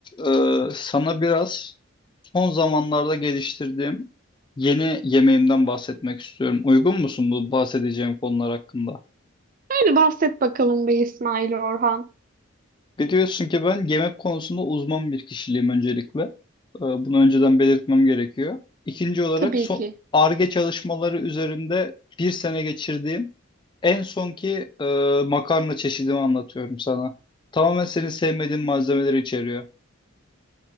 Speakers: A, on the left; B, on the right.
A: Ee, sana biraz son zamanlarda geliştirdiğim yeni yemeğimden bahsetmek istiyorum. Uygun musun bu bahsedeceğim konular hakkında?
B: Hadi bahset bakalım be İsmail Orhan.
A: Biliyorsun ki ben yemek konusunda uzman bir kişiliğim öncelikle. Ee, bunu önceden belirtmem gerekiyor. İkinci olarak
B: Tabii
A: son
B: ki.
A: Ar-Ge çalışmaları üzerinde bir sene geçirdiğim en sonki e, makarna çeşidimi anlatıyorum sana. Tamamen senin sevmediğin malzemeleri içeriyor.